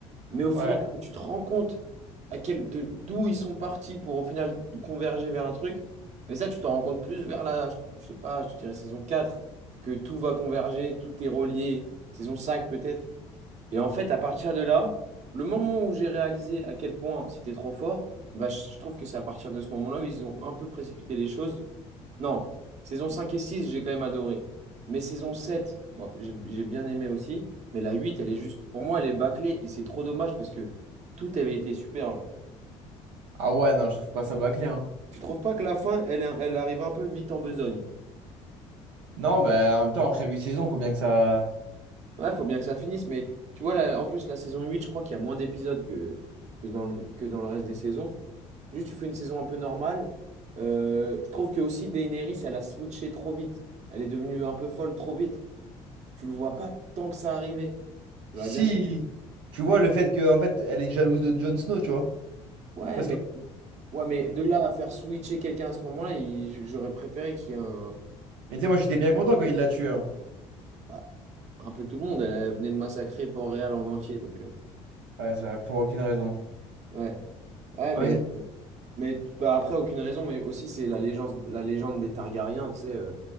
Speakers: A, on the right; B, on the right.
A: Mais au final,
B: Ouais.
A: quand tu te rends compte à quel, de, d'où ils sont partis pour au final converger vers un truc, mais ça, tu t'en rends compte plus vers la, je sais pas, je te dirais saison 4 que tout va converger, tout est relié, saison 5 peut-être. Et en fait, à partir de là, le moment où j'ai réalisé à quel point c'était trop fort, bah, je je trouve que c'est à partir de ce moment-là où ils ont un peu précipité les choses. Non, saison 5 et 6, j'ai quand même adoré. Mais saison 7, bon, j'ai j'ai bien aimé aussi. Mais la 8, elle est juste, pour moi, elle est bâclée et c'est trop dommage parce que tout avait été super, là.
B: Ah ouais non, je trouve pas ça bâclé hein.
A: Tu trouves pas que la fin, elle, elle arrive un peu vite en besogne?
B: Non, bah en même temps après huit saisons, faut bien que ça
A: Ouais, faut bien que ça finisse, mais tu vois, là, en plus, la saison 8 je crois qu'il y a moins d'épisodes que, que, dans le, que dans le reste des saisons. Juste, tu fais une saison un peu normale. Euh, je trouve que aussi Daenerys, elle a switché trop vite. Elle est devenue un peu folle trop vite. Tu le vois pas tant que ça arrivait. J'aurais
B: Si
A: bien aimé.
B: tu vois le fait que en fait elle est jalouse de Jon Snow, tu vois.
A: Ouais,
B: Parce
A: mais,
B: que
A: ouais, mais de là à faire switcher quelqu'un à ce moment-là, il- j- j'aurais préféré qu'il y ait un,
B: mais tu sais moi j'étais bien content quand il l'a tué. hein.
A: bah, un peu tout le monde. Elle, elle venait de massacrer Port-Réal en entier, donc euh,
B: Ouais, ça, pour aucune raison.
A: ouais. Ouais, mais
B: Ah oui,
A: Mais bah, après, aucune raison, mais aussi c'est la légende, la légende des Targaryens, tu sais, euh,